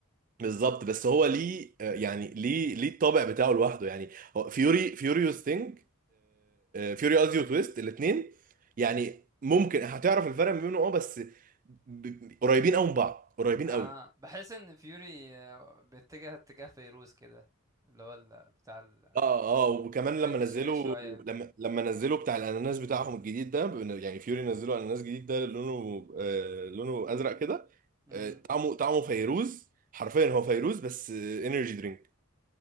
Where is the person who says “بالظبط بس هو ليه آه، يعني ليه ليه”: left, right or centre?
Right